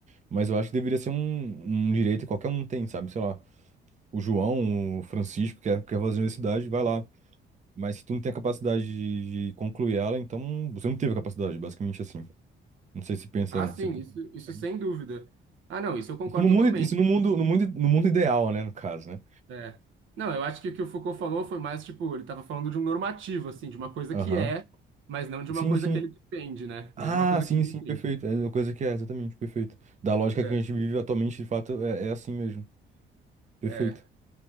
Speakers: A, on the right (about 35°); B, on the right (about 80°).
A: Mas eu acho que deveria ser um, um direito que qualquer um tem, sabe? Sei lá, o João, o Francisco, quer, quer fazer a universidade, vai lá. Mas se tu não tem a capacidade de, de concluir ela, então você não teve a capacidade, basicamente assim. Não sei se pensa,
B: Ah, sim,
A: se pensa
B: isso, isso
A: diferente.
B: sem dúvida. Ah, não, isso eu concordo
A: Isso no mundo,
B: totalmente.
A: isso no mundo, no mundo, no mundo ideal, né, no caso, né?
B: É. Não, eu acho que o que o Foucault falou foi mais, tipo, ele estava falando de um normativo, assim, de uma coisa
A: Aham.
B: que é, mas não de uma
A: Sim,
B: coisa
A: sim.
B: que ele defende, né?
A: Ah,
B: Não de uma coisa
A: sim,
B: que ele defende.
A: sim, perfeito. É uma coisa que é, exatamente, perfeito. Da lógica
B: É,
A: que a gente vive atualmente, de fato, é, é assim mesmo. Perfeito.
B: é.